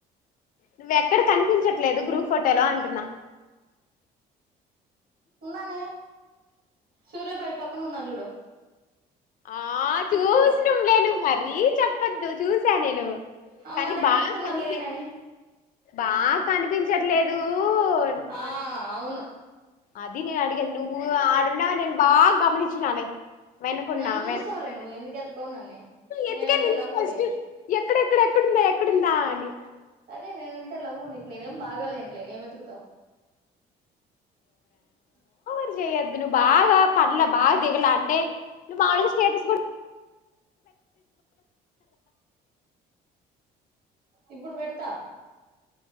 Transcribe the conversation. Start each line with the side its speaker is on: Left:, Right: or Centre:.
Left: నువ్వెక్కడ కనిపించట్లేదు గ్రూప్ ఫోటోలో అంటున్నా
Right: ఉన్నానే సూరయభాయి పక్కన ఉన్నా జుడు
Left: ఆ చూస్నం లే నువు మరి చెప్ కద్దు చూసా నేను
Right: ఆ
Left: కానీ
Right: మరి అడుగుతున్నావు
Left: బాగా కని
Right: లేనని
Left: బాగా కనిపించట్లేదు
Right: ఆ
Left: అంటు
Right: అవును
Left: అది నేను అడిగేది నువ్వు అడున్నవ్ నేను బాగా గమనించినాలే వెనకున్నా
Right: నన్ను చూస్తావులే
Left: వెనకున్నాడని
Right: నువ్వు ఎందుకు ఎతకవు నన్ను
Left: ఎత్తిక
Right: నేనంటే
Left: నిన్నే
Right: లవ్వు
Left: ఫస్ట్
Right: నీకు
Left: ఎక్కడెక్కడ కుందా అని
Right: అదే నేనంటే లవ్వు నీకు నేనేం బాగాలేనులే ఏం వెతుకుతావు అ
Left: రి చేయొద్దు నువ్వు బాగా పంలా బాగా దిగలా అంటే నువ్వు మావులుగా స్టేటస్ కూడా
Right: ఇప్పుడు బెడతా